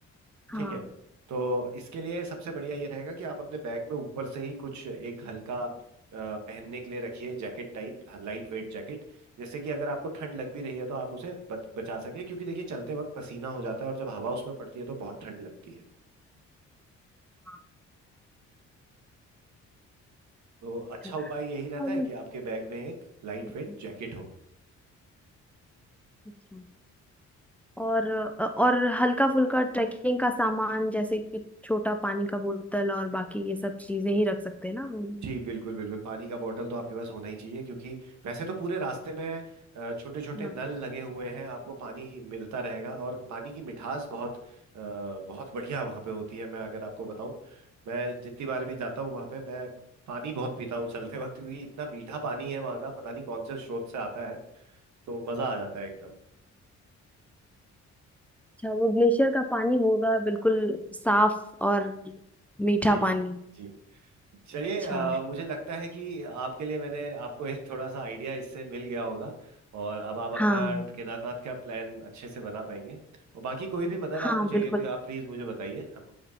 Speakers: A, in the centre; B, on the right (about 70°).
A: हाँ
B: ठीक है तो इसके लिए सबसे बढ़िया ये रहेगा कि आप अपने बैग में ऊपर से ही कुछ एक हल्का अ, पहनने के लिए रखिए jacket type light weight jacket जैसे कि अगर आपको ठंड लग भी रही है तो आप उसे बच, बचा सके क्योंकि देखिए चलते वक्त पसीना हो जाता है और जब हवा उसमें पड़ती है तो बहुत ठंड लगती है
A: हाँ,
B: तो
A: अच्छा
B: अच्छा उपाय यही रहता
A: और-
B: है कि आपके बैग में एक लाइट
A: हम्म,
B: वेट जैकेट हो
A: अच्छा और और हल्का फुल्का ट्रैकिंग का सामान जैसे कि छोटा पानी का बोतल और बाकी ये सब चीजें ही रख सकते हैं ना हम।
B: जी बिल्कुल बिल्कुल पानी का बॉटल तो आपके पास होना ही चाहिए क्योंकि वैसे तो पूरे रास्ते में छोटे छोटे
A: हाँ,
B: नल लगे हुए हैं आपको पानी मिलता रहेगा और पानी की मिठास बहुत अ, बहुत बढ़िया वहाँ पे होती है मैं अगर आपको बताऊं मैं जितनी बार भी जाता हूँ वहाँ पे मैं पानी बहुत पीता हूँ चलते वक्त क्योंकि इतना मीठा पानी है वहाँ का पता नहीं कौन से स्रोत से आता है तो मज़ा आ जाता है एकदम
A: अच्छा वो ग्लेशियर का पानी होगा बिल्कुल साफ और मीठा
B: जी
A: पानी
B: जी चलिए
A: अच्छा
B: अ, मुझे लगता है कि आपके लिए मैंने आपको एक थोड़ा सा आइडिया इससे मिल गया होगा और अब आप अपना
A: हाँ
B: केदारनाथ का प्लान अच्छे से बना पाएंगे और बाकी कोई भी मदद
A: हाँ
B: आपको चाहिए
A: बिल्कुल
B: तो आप प्लीज़ मुझे बताइए हम